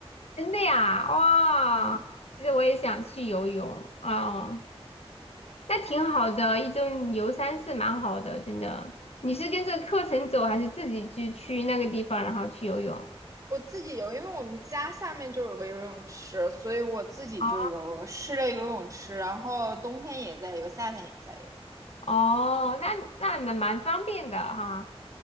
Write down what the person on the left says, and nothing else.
真的呀，哇！
其实我也想去游泳哦，那挺好的，一周你游三次蛮好的，真的。你是跟着课程走，还是自己就去那个地方，然后去游泳？
哦，
哦那那蛮蛮方便的哈。